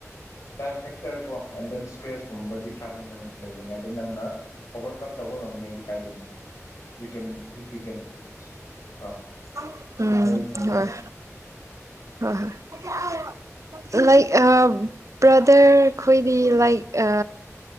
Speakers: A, on the left (about 85°); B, on the right (about 70°).
A: ꯇꯥꯏꯝ ꯐ‌ꯦ ꯇꯔꯀꯣ ꯑꯦꯟ ꯗꯦꯟ ꯏꯁꯇ꯭ꯔꯦꯁ ꯒꯨꯝꯕꯗꯤ ꯈꯔꯗꯤ ꯅꯪ ꯂꯩꯒꯅꯦ ꯑꯗꯨ ꯅꯪꯅ ꯑꯣꯚꯔꯀꯝ ꯇꯧꯕ ꯉꯝꯃꯅꯤꯗꯤ ꯀꯥꯏꯗꯦꯗ ꯌꯨ ꯀꯦꯟ ꯏꯐ ꯌꯨ ꯀꯦꯟ ꯀꯣ
B: <unintelligible> ꯎꯝ
A: ꯅꯣꯏ
B: ꯍꯣꯏ ꯍꯣꯏ ꯍꯣꯏ <unintelligible> ꯂꯥꯏꯠ ꯑꯥ ꯕ꯭ꯔꯗꯔ ꯈꯣꯏꯗꯤ ꯂꯥꯏꯠ ꯑ